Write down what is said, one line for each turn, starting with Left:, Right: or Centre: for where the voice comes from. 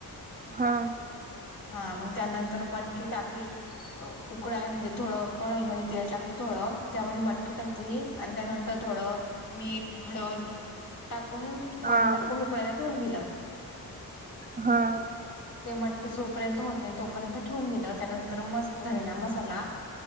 Right: हा.
Left: हा म त्यानंतर मटकी टाकली. उकडाय म्हणजे थोडं कळाई मध्ये तेल टाकलं थोडं त्यामध्ये मटकी टाकली. आणि त्यानंतर थोडं मीठ, हळद टाकून
Right: हा
Left: पाणी टाकून उकळाला ठेवून दिलं.
Right: हा हा
Left: ते मटकी जोपर्यंत होत नाही तोपर्यंत ठेवून दिलं त्यानंतर मग झालेला मसाला.